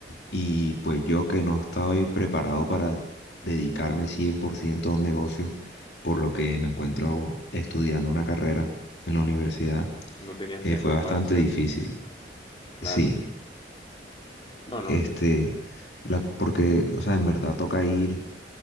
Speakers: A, on the left (about 75°); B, on the left (about 30°).
A: Y pues yo que no estaba ahí preparado para dedicarme 100% a un negocio, por lo que me encuentro estudiando una carrera en la universidad,
B: No tenías
A: eh,
B: tiempo
A: fue bastante
B: para cierta.
A: difícil.
B: Claro.
A: Sí,
B: No, no,
A: este,
B: yo,
A: la, porque, o sea, en verdad toca ir